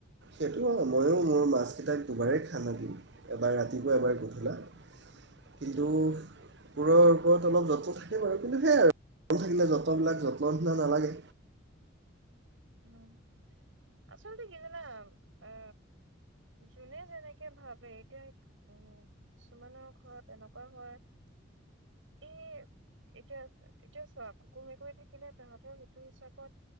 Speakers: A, on the right; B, on the right.
A: সেইটো হয়। ময়ো মোৰ মাছকেইটাক দুবাৰেই খানা দিওঁ। এবাৰ ৰাতিপুৱা, এবাৰ গধূলা। কিন্তু কুকুৰৰ ওপৰত অলপ যত্ন থাকে বাৰু। কিন্তু সেয়াই, আৰু যত্ন থাকিলে, যত্নবিলাক যত্ন নিচিনা নালাগে।
B: উম, আচলতে কি জানা? আ, যোনে যেনেকে ভাবে এতিয়া। উম, কিছুমানৰ ঘৰত এনেকুৱা হয়। এই, এতিয়া, এতিয়া চোৱা, কুকুৰ-মেকুৰী থাকিলে, তাহঁতৰ সেইটো হিচাপত